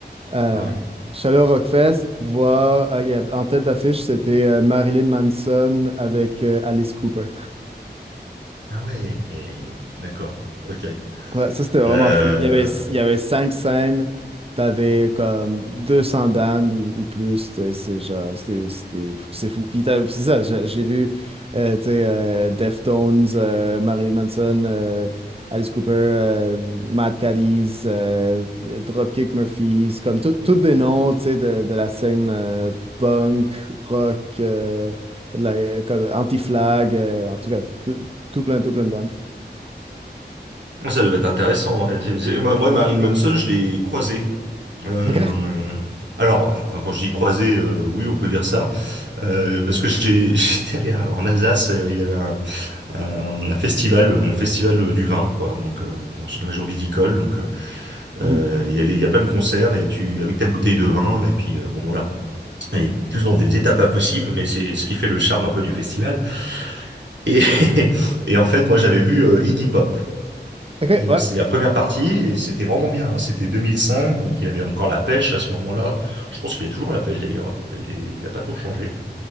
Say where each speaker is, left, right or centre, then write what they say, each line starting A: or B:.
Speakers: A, on the right; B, on the right.
A: Euh,
B: ah ouais.
A: je suis allé Rockfest, voir, euh, il y avait- en tête d'affiche, c'était euh, Marilyn Manson avec euh, Alice Cooper.
B: Ah ouais, et- d'accord, ok.
A: Ouais, ça, c'était vraiment
B: Euh,
A: fou. Il y avait, il y avait cinq scènes, t'avais comme 200 bandes ou, ou plus, t'sais, c'est genre, c'était, c'était, c'est fou. Puis, t'as puis c'est ça, j'ai j'ai vu, euh, t'sais, euh, Deftones, euh, Marilyn Manson, euh, Alice Cooper, euh, Mad Caddies, euh, Dropkick Murphys, comme tout- tous des noms, t'sais, de, de la scène euh, punk, rock, euh, de la- comme anti-flag, euh, en tout cas, tout tout plein, tout plein de bandes.
B: Ça devait être intéressant. ouais. J'ai- j'ai- Moi, moi, Marilyn Manson, je l'ai croisé. Euh,
A: OK. <laughs>
B: alors, enfin, enfin, quand je dis croisé, euh, oui, on peut dire ça, Euh, parce que j'ai, <laughs> j'étais allé à- en Alsace, euh, il y avait un, un- un festival, euh, mon festival euh, du vin, quoi. Donc, euh, bon, c'est une région viticole, donc euh,
A: Mhm.
B: euh, il y a, des- il y a plein de concerts et tu, avec ta bouteille de vin, et puis euh, bon, voilà. Et tous dans des étapes impossibles, mais c'est ce qui fait le charme un peu du festival. Et, <laughs> et en fait, moi, j'avais vu euh, Iggy Pop.
A: OK,
B: Et
A: ouais.
B: euh, c'est la première partie, et c'était vraiment bien. hein. C'était 2005, donc il y avait encore la pêche à ce moment-là. Je pense qu'il y a toujours la pêche d'ailleurs. Il est- il a pas trop changé.